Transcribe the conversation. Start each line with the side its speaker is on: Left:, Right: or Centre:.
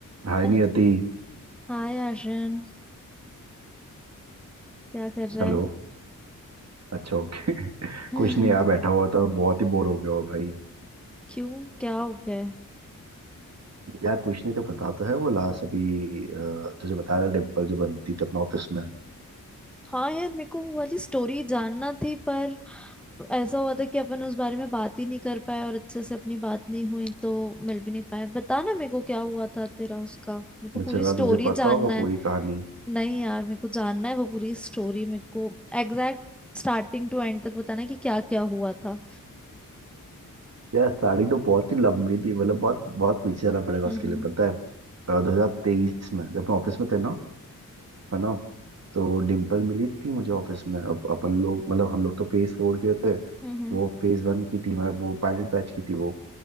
Right: हाय
Centre: है-
Right: Niyati
Centre: हाय आर्यन क्या कर रहा
Right: Hello
Centre: है
Right: अच्छा okay <laughs>
Centre: <laughs>
Right: कुछ नहीं यार बैठा हुआ था बहुत ही बोर हो गया हो भाई
Centre: क्यों क्या हो गया है
Right: यार कुछ नहीं तो पता तो है वो लास्ट अभी अ, तुझे बता रहा डिम्पल जो बनती थी अपने ऑफिस में
Centre: हाँ यार मेरे को वो वाली स्टोरी जानना थी पर ऐसा हुआ था कि अपन उस बारे में बात ही नहीं कर पाए और अच्छे से अपनी बात नहीं हुई तो मिल भी नहीं पाए बता ना मेरे को क्या हुआ था तेरा उसका मेरे को
Right: मुझे
Centre: पूरी
Right: लगा
Centre: स्टोरी
Right: तुझे पता
Centre: जानना
Right: होगा
Centre: है
Right: पूरी कहानी
Centre: नहीं यार मेरे को जानना है वो पूरी स्टोरी मेरे को एग्जैक्ट स्टार्टिंग टू एंड तक बताना है कि क्या क्या हुआ था
Right: यार साड़ी तो बहुत ही लंबी थी मतलब बहुत बहुत पीछे जाना पड़ेगा
Centre: हम्म
Right: उसके
Centre: हम्म
Right: लिए पता है दो हजार तेईस में जब मैं ऑफिस में थे ना है ना तो डिम्पल मिली थी मुझे ऑफिस में अब अपन लोग मतलब हम लोग तो फेज फोर के थे
Centre: हम्म
Right: वो फेज वन की थी मतलब वो पायलट बैच की थी वो